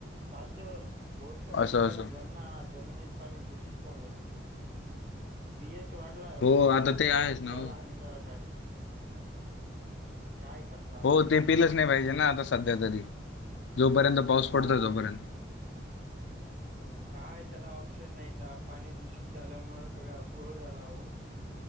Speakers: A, on the right; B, on the left.
A: साध्य बोरचं पाणी
B: असं
A: प्यायला
B: असं
A: जमना जमिनीत पाणी दूषित झालंय. पीएच वाढलाय
B: हो
A: ओ आता तो
B: ते
A: आपल्या
B: आहेच
A: जीवाला
B: ना हो
A: हानिकारक आहे. काय करत
B: हो ते पिलंच नाही पाहिजे ना आता सध्या तरी जोपर्यंत
A: हो
B: पाऊस
A: हो
B: पडतो तोपर्यंत.
A: काय त्याला ऑप्शन नाहीता पाणी दूषित झाल्यामुळे सगळा घोळ झाला हो